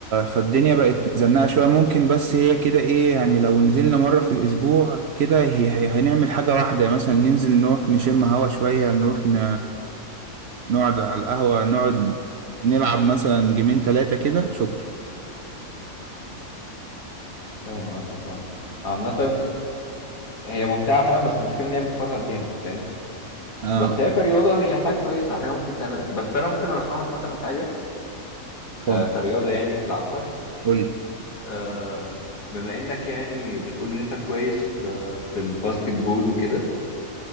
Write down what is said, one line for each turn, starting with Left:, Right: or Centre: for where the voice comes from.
Right: فالدنيا بقت مزنقة شوية ممكن بس هي كده إيه يعني لو نزلنا مرة في الأسبوع كده هي... هي هنعمل حاجة واحدة مثلا ننزل نروح نشم هوا شوية نروح ن... نقعد على القهوة نقعد نلعب مثلا جيمين تلاتة كده شكرا
Left: فاهم قصدك اه عامة هي ممتعة فعلا بس المشكلة ان هي بتفرهد جامد فاهم
Right: اه
Left: بس هي كرياضة هي حاجة كويسة حاجة ممكن تعملها بس انا ممكن ارشح لك مثلا حاجة
Right: اتفضل
Left: آه كرياضة يعني تلعبها
Right: قول لي
Left: آه بما انك يعني بتقول ان انت كويس في, في الباسكت بول وكده